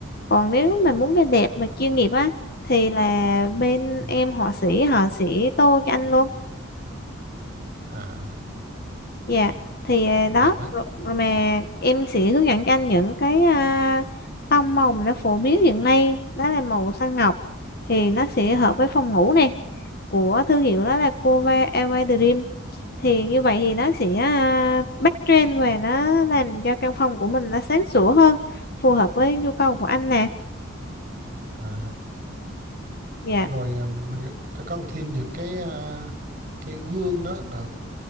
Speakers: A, on the left (about 45°); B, on the right (about 40°).
A: Còn nếu mà muốn cái đẹp mà chuyên nghiệp á thì là bên
B: ừ,
A: em họa sĩ họ sẽ tô cho anh luôn.
B: à
A: Dạ. Thì ờ, đó
B: đẹp đấy
A: rồi, rồi mà em sẽ hướng dẫn cho anh những cái à, tông màu mà nó phổ biến hiện nay đó là màu xanh ngọc thì nó sẽ hợp với phòng ngủ này của thương hiệu đó là Cova Elva Dream thì như vậy thì nó sẽ à, backtrend và nó làm cho căn phòng của mình nó sáng sủa hơn phù hợp với nhu cầu của anh nè
B: à
A: dạ
B: rồi à, mình có cần thêm những cái à, cái gương đó đỡ